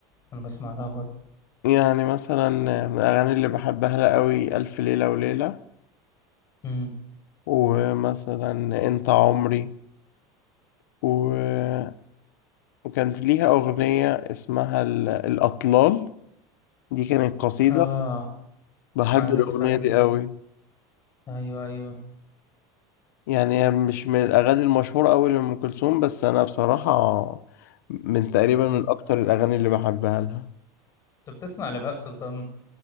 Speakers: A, on the left; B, on the left.
A: أنا بسمع لها برضه
B: يعني مثلا من الأغاني اللي بحبها لها قوي ألف ليلة وليلة
A: مم.
B: ومثلا أنت عمري و... وكان ليها أغنية اسمها ال- الأطلال دي كانت قصيدة
A: آه
B: بحب
A: عارفها
B: الأغنية
A: دي
B: دي قوي
A: أيوه أيوه
B: يعني هي مش من الأغاني المشهورة قوي لأم كلثوم بس أنا بصراحة من تقريبا
A: مم.
B: من أكتر الأغاني اللي بحبها لها
A: طب بتسمع لبهاء سلطان